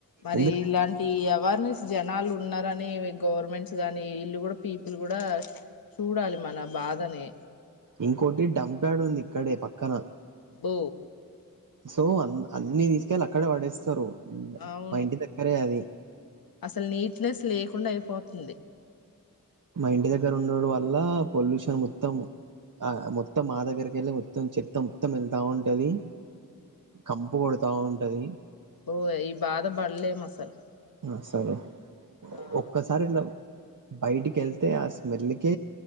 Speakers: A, on the left (about 70°); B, on the right (about 60°).
A: మరి
B: ఎందుకు
A: ఇలాంటి అవేర్నెస్ జనాలు ఉన్నారని గవర్నమెంట్స్ గానీ ఇల్లు కూడా పీపుల్ కూడా చూడాలి మన బాధని
B: ఇంకోటి డంప్యాడ్ ఉంది ఇక్కడే పక్కన
A: ఓ
B: సో అ అన్ని తీసుకెళ్ళి అక్కడే పడేస్తారు
A: అవును
B: మా ఇంటి దగ్గరే అది
A: అసలు నీట్నెస్ లేకుండా అయిపోతుంది
B: మా ఇంటి దగ్గర ఉండడు వల్ల పొల్యూషన్ మొత్తం ఆ మొత్తం మా దగ్గరికి వెళ్ళి మొత్తం చెత్త మొత్తం వెళ్తా ఉంటది కంపు కొడతా ఉంటది
A: ఓయ్ ఈ బాధ పడలేం అసలు
B: ఆ సరు
A: ఆ
B: ఒక్కసారి ఇట్లా బయటికి వెళ్తే ఆ స్మెల్క్